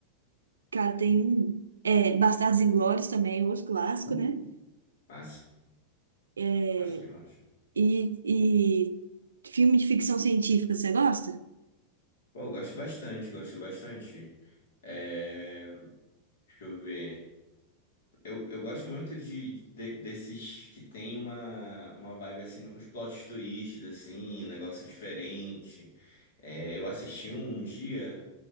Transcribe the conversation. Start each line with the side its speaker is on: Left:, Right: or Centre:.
Right: cara, tem um. É, Bastardos Inglórios também, outro clássico,
Left: Uh,
Right: né?
Left: Massa,
Right: É,
Left: massa demais.
Right: E, e filme de ficção científica, você gosta?
Left: Pô, eu gosto bastante, gosto bastante. É, deixa eu ver. Eu, eu gosto muito de, de- desses que tem uma, uma vibe assim, uns plot twists, assim, um negócio diferente. É, eu assisti um dia